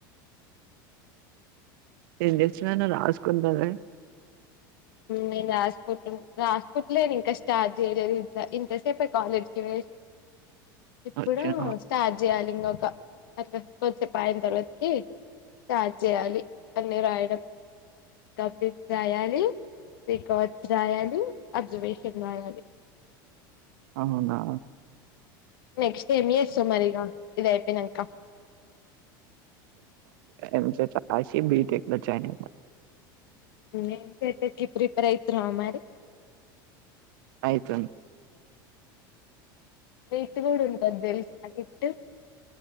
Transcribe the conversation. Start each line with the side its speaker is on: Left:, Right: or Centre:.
Right: ఏం చేస్తన్నాను రాసుకుంటారే
Left: నేను రాసుకుంట రాసుకుట్లేను ఇంకా స్టార్ట్ చేయలేదు ఇ ఇంతసేపు కాలేజ్కి వెస్ట్ ఇప్పుడు
Right: వచ్చినాక.
Left: స్టార్ట్ చేయాలి ఇకొక అట్లా కొద్దిసేపు అయిన తర్వాతకి స్టార్ట్ చేయాలి అన్ని రాయడం కబ్లిక్ రాయాలి రికార్డ్స్ రాయాలి అబ్జర్వేషన్ రాయాలి
Right: అవునా
Left: నెక్స్ట్ ఏమ్ చేస్తావ్ మరిగా ఏదైపోయినాక
Right: ఎంసెట్ రాశి బీటెక్ లో జాయిన్ అయిత
Left: ఎంసెట్ కి ప్రిపర్ అయితునవ మరి
Right: అయితాను
Left: వీట్ గూడుంటదేల్సా నీటు